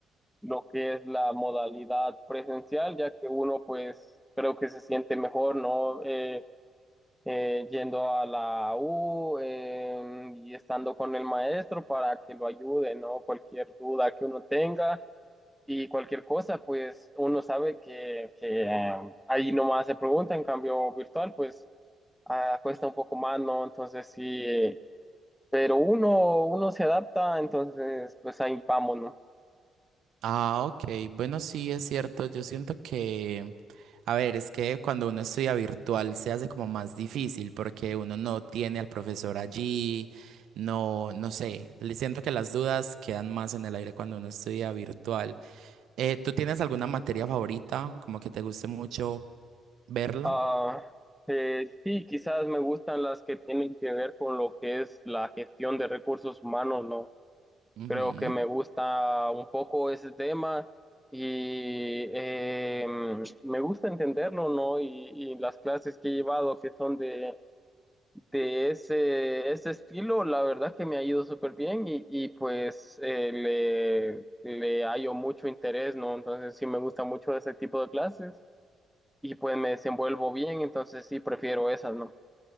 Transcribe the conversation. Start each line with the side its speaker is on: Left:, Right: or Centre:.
Centre: lo que es la modalidad presencial, ya que uno pues creo que se siente mejor, ¿no? Eh, eh, yendo a la U em, y estando con el maestro para que lo ayude, ¿no? Cualquier duda que uno tenga y cualquier cosa, pues uno sabe que, que em, ahí nomás se pregunta, en cambio virtual, pues ah, cuesta un poco más, ¿no? Entonces sí, eh, pero uno, uno se adapta, entonces pues ahí vamos, ¿no?
Right: Ah, ok. Bueno, sí, es cierto. Yo siento que, a ver, es que cuando uno estudia virtual se hace como más difícil porque uno no tiene al profesor allí, no, no sé. Le siento que las dudas quedan más en el aire cuando uno estudia virtual. Eh, ¿tú tienes alguna materia favorita, como que te guste mucho verla?
Centre: Ah, eh, sí, quizás me gustan las que tienen que ver con lo que es la gestión de recursos humanos, ¿no?
Right: Ujú.
Centre: Creo que me gusta un poco ese tema y em, me gusta entenderlo, ¿no? Y, y las clases que he llevado que son de, de ese, ese estilo, la verdad que me ha ido súper bien y, y pues eh, le, le hallo mucho interés, ¿no? Entonces sí me gusta mucho ese tipo de clases y pues me desenvuelvo bien, entonces sí prefiero esas, ¿no?